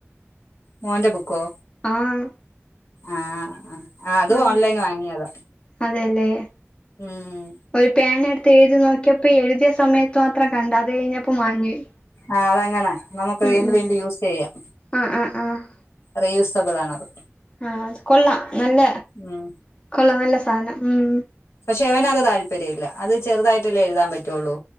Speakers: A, on the left; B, on the left.
A: മോന്റെ ബുക്കോ
B: ആഹ്
A: ആഹ് ആ അതും
B: ആഹ്
A: ഓൺലൈൻ വാങ്ങിയതാ
B: അതെല്ലേ
A: ഉം
B: ഒരു പേന എടുത്ത് എഴുതി നോക്കിയപ്പം ഇപ്പൊ എഴുതിയ സമയത്ത് മാത്രം കണ്ട് അത് കഴിഞ്ഞപ്പോ മാഞ്ഞുപോയി
A: ആ അതങ്ങനാ നമുക്ക്
B: ഉം
A: വീണ്ടും
B: ഉം
A: വീണ്ടും യൂസ് ചെയ്യാം
B: ആഹ് ആഹ് അ ആഹ്
A: റീയൂസബിൾ ആണത്
B: ആഹ് അ കൊള്ളാം നല്ല
A: ഉം
B: കൊള്ളാം നല്ല സാധനം ഉം
A: പക്ഷെ അവനത് താല്പര്യം ഇല്ല അത് ചെറുതായിട്ടല്ലേ എഴുതാൻ പറ്റുവുള്ളൂ